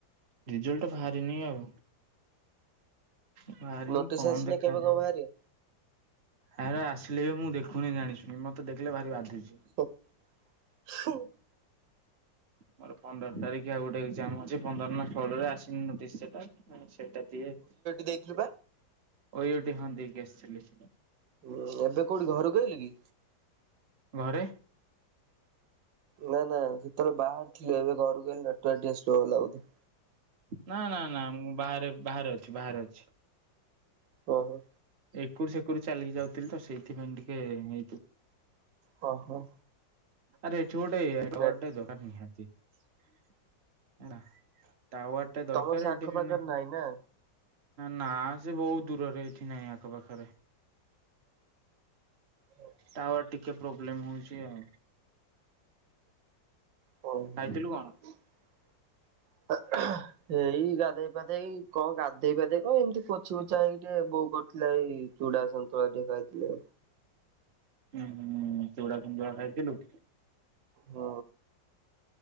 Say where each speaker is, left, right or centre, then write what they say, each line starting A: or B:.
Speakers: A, on the right; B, on the right.
A: ରେଜଲ୍ଟ ବାହାରିନି ଆଉ। ବାହାରିନି
B: ନୋଟିସ୍
A: କଣ
B: ଆସିନି
A: ଦେଖାଯାଏ?
B: କେବେ କଣ ବାହାରିବ?
A: ହେରା ଆସିଲେ ବି ମୁଁ ଦେଖୁନି ଜାଣିସୁଣି ମତେ ଦେଖିଲେ ଭାରି ବାଧୁଛି।
B: <unintelligible>
A: ମୋର ପନ୍ଦର ତାରିଖ ଆଉ ଗୋଟେ ଏକ୍ସାମ୍ ଅଛି ପନ୍ଦର ନା ଷୋଳରେ ଆସିନି ନୋଟିସ୍ ସେଟା। ହଁ ସେଇଟା ଦିଏ
B: ଦେଇଥିଲୁ
A: ଓୟୁଏଟି
B: ବା।
A: ହଁ ଦେଇକି ଆସିଥିଲି।
B: ହୁଁ ଏବେ କୋଉଠି ଘରକୁ ଆଇଲୁ କି।
A: ଘରେ।
B: ନା ନା ସେତେବେଳେ ବାହାରେ ଥିଲେ ଏବେ ଘରକୁ ଆଇଲି ନେଟ୍‌ୱର୍କ ଟିକେ ସ୍ଲୋ ହେଲା ବୋଧେ।
A: ନା ନା ନା ମୁଁ ବାହାରେ ବାହାରେ ଅଛି ବାହାରେ ଅଛି।
B: ଓହୋ।
A: ଏକରୁ ସେକୁରୁ ଚାଲିକି ଯାଉଥିଲି ତ ସେଇଥିପାଇଁ ଟିକେ ହେଇଥିବ।
B: ହୁଁ ଓହୋ।
A: ଆରେ ଏଠି ଗୋଟେ <unintelligible>
B: ନେଟ୍
A: ନିହାତି ହେଲା ଟାୱାର। ଏ ଦରକାର
B: ତମର ସେ
A: ଏଟି
B: ଆଖପାଖରେ
A: ମାନେ
B: ନାହିଁ ନା?
A: ନା ସେ ବହୁତ ଦୂରରେ ଏଠି ନାହିଁ ଆଖ ପାଖରେ।
B: ହୋଉ।
A: ଟାୱାର ଟିକେ ପ୍ରୋବ୍ଲେମ୍ ହୋଉଚି ଆଉ।
B: ଓହୋ।
A: ଖାଇଥିଲୁ କଣ?
B: ହେଇ ଗାଧେଇ ପାଧେଇ କଣ ଗାଧେଇ ପାଧେଇ କଣ ଏମିତି ପୋଛି ପୋଛା ହେଇକି ଟିକେ ବୋଉ କରିଥିଲା ଏଇ ଚୁଡ଼ା ସନ୍ତୁଳା ଟିକେ ଖାଇଥିଲି।
A: ହୁଁ ହୁଁ ହୁଁ ଚୁଡ଼ା ସନ୍ତୁଳା ଖାଇଥିଲୁ।
B: ହଁ।